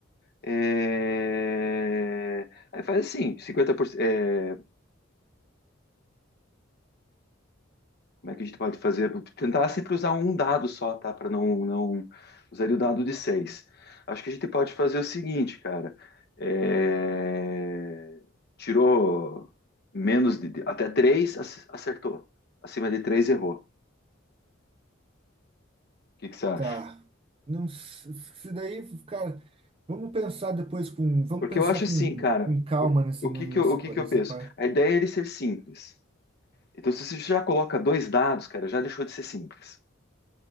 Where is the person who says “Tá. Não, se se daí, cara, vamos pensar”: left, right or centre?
Right